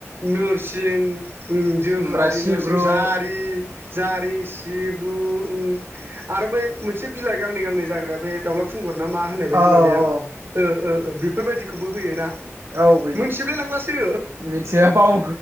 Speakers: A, on the right (about 45°); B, on the right (about 70°).
A: नोरसिं ओम जोग्लावरि
B: ओमफ्राय सिब्रु
A: नोरसिं जारि जारि सिब्रु ओम आरो बै मोनसे बिलाइ गांनै गांनै जाग्राया बे दाउला खुंगुर, नामा होननाय बै बायदि
B: औ
A: माबाया
B: औ
A: ओ ओ ओ बेफोरबायदिखौबो होयोना।
B: औ होयो
A: मोनथिजोबलाय लायलांलासो।
B: मिथिया बाव